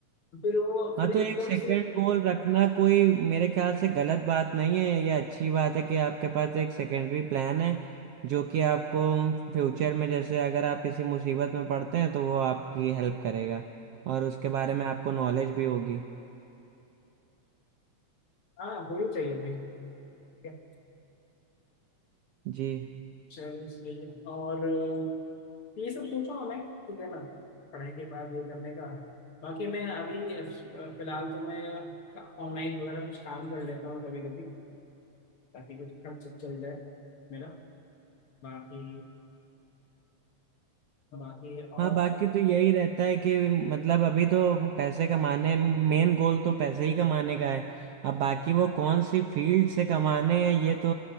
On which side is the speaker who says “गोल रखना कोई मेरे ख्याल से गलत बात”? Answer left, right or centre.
Right